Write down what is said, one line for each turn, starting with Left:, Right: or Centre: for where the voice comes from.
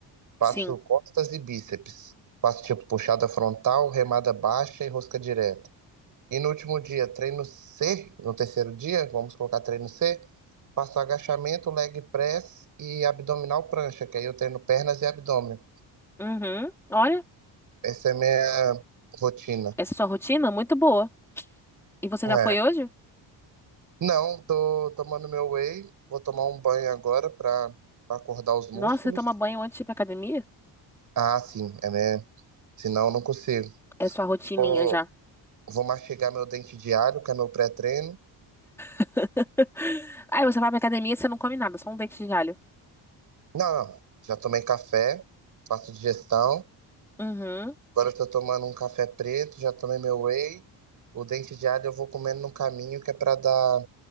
Right: Faço
Centre: Sim.
Right: costas e bíceps. Faço tipo puxada frontal, remada baixa e rosca direta. E no último dia, treino C, no terceiro dia, vamos colocar treino C, faço agachamento, leg press e abdominal prancha, que aí eu treino pernas e abdômen.
Centre: Uhum. Olha,
Right: Essa é a minha rotina.
Centre: essa é sua rotina é muito boa. E você
Right: É.
Centre: já foi hoje?
Right: Não, tô tomando meu whey, vou tomar um banho agora pra pra acordar os músculos.
Centre: Nossa, você toma banho antes de ir pra academia?
Right: Ah, sim, é mesmo. Senão eu não consigo.
Centre: É sua rotininha
Right: Vou,
Centre: já.
Right: Vou mastigar meu dente diário, que é meu pré-treino.
Centre: <laughs> Aí você vai pra academia e você não come nada, só um dente de alho.
Right: Não, não. Já tomei café, faço digestão.
Centre: Uhum.
Right: Agora eu tô tomando um café preto, já tomei meu whey. O dente diário eu vou comendo no caminho, que é pra dar.